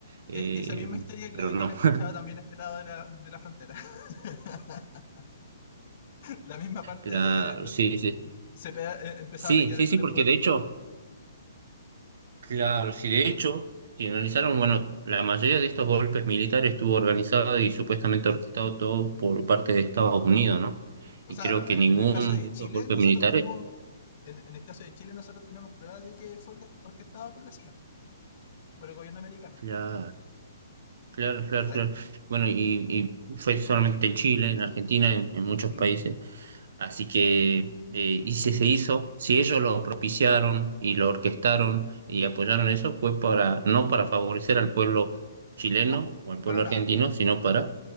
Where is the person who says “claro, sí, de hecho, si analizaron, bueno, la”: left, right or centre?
Right